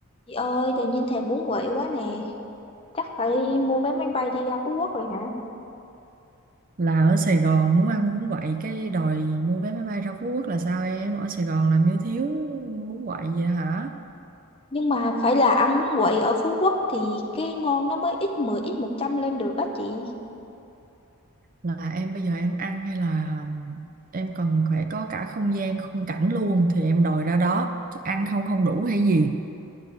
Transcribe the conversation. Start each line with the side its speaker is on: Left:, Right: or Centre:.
Left: Chị ơi, tự nhiên thèm bún quậy quá nè. Chắc phải mua vé máy bay đi ra Phú Quốc rồi hả?
Right: là ở Sài Gòn muốn ăn bún quậy cái đòi mua vé máy bay ra Phú Quốc là sao em ở Sài Gòn làm như thiếu bún quậy vậy hả
Left: Nhưng mà phải là ăn bún quậy ở Phú Quốc thì cái ngon nó mới ít 10, ít 100 lên được á chị.
Right: là em bây giờ em ăn hay là em cần phải có cả không gian khung cảnh luôn thì em đòi ra đó chứ ăn không không đủ hay gì